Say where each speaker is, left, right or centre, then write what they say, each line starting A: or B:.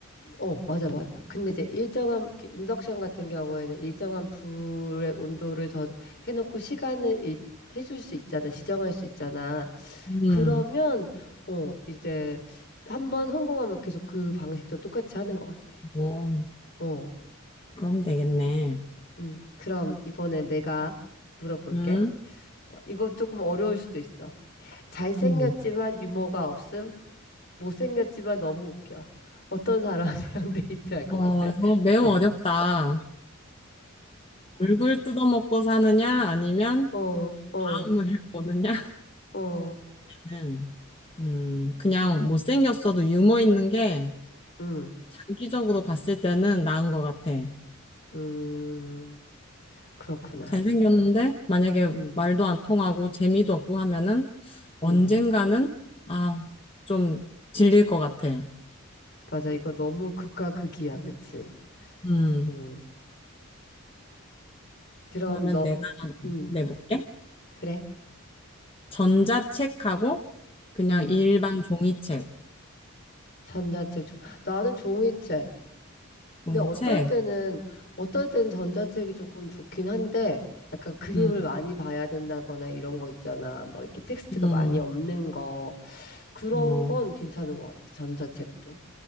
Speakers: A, on the left (about 50°); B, on the left (about 25°).
A: 어, 맞아, 맞아. 근데 이제 일정한, 그 인덕션 같은 경우에는 일정한 불의 온도를 저 해놓고 시간을 일- 해줄 수 있잖아. 지정할 수 있잖아.
B: 음,
A: 그러면, 어, 이제 한 번 성공하면 계속 그 방식대로 똑같이 하는 것 같아.
B: 어,
A: 어,
B: 그럼 되겠네.
A: 음. 그럼 이번에 내가 물어볼게.
B: 음,
A: 어, 이거 조금 어려울 수도 있어. 잘생겼지만
B: 음.
A: 유머가 없음, 못생겼지만 너무 웃겨. 어떤 사람이랑 <laughs> 데이트할 것
B: 어,
A: 같아?
B: 이거 매우
A: <laughs>
B: 어렵다. 얼굴 뜯어먹고 사느냐, 아니면
A: 어, 어,
B: 마음을 <laughs> 보느냐?
A: 어.
B: 는 음, 그냥 못생겼어도 유머 있는 게
A: 음,
B: 장기적으로 봤을 때는 나은 것 같아.
A: 음, 그렇구나.
B: 잘생겼는데, 만약에
A: 음,
B: 말도 안 통하고 재미도 없고 하면은 언젠가는,
A: 음.
B: 아, 좀 질릴 것 같아.
A: 맞아. 이거 너무 극과 극이야. 그치?
B: 음,
A: 음. 그럼
B: 그러면
A: 너,
B: 내가 하나
A: 음,
B: 내볼게.
A: 그래?
B: 전자책하고 그냥
A: 음.
B: 일반 종이책.
A: 전자책 좋, 나는 종이책.
B: 종이책?
A: 근데 어떨 때는, 어떨 땐 전자책이 조금 좋긴 한데, 약간 그림을
B: 음,
A: 많이 봐야 된다거나 이런 거 있잖아. 막 이렇게 텍스트가
B: 음.
A: 많이 없는 거. 그런
B: 어,
A: 건 괜찮은 것 같아. 전자책도.